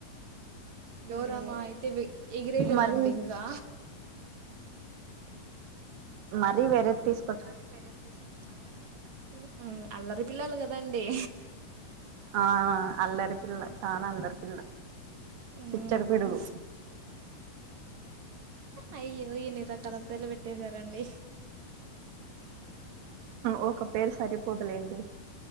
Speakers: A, on the right; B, on the right.
A: అయ్యో
B: రామా! అయితే వె ఎగిరేయలేదా
A: మరి
B: అండి ఇంకా?
A: మరి వేరే తీసు
B: మరి వేరే తీసుకొచ్చుకొని ఎగిరేసినామండి ఉ అల్లరి పిల్లలు కదండి
A: ఆ అల్లరి పిల్ల చానా అల్లరి పిల్ల
B: హ్మ్
A: చిచ్చరి పిడుగు
B: అయ్యో ఎన్ని తట్టాలు పేర్లు పెట్టేశారండి
A: ఓక్ పేరు సరిపోదులేండి